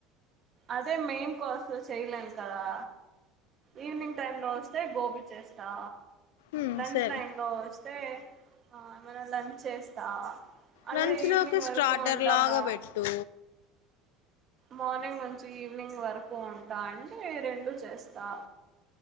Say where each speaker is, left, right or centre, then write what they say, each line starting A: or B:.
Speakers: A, on the right; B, on the left.
A: అదే మెయిన్ కోస్ చేయలేను కదా ఈవినింగ్ టైమ్ లో వస్తే గోబీ చేస్తా
B: ఉమ్
A: లంచ్
B: సరే
A: టైమ్ లో వస్తే ఆ ఏమైనా లంచ్ చేస్తా అదే
B: లంచ్
A: ఈవినింగ్
B: లోకి స్టార్టర్
A: వరకు ఉంటామా
B: లాగా పెట్టు
A: మార్నింగ్ నుంచి ఈవినింగ్ వరకు ఉంటా అంటే రెండు చేస్తా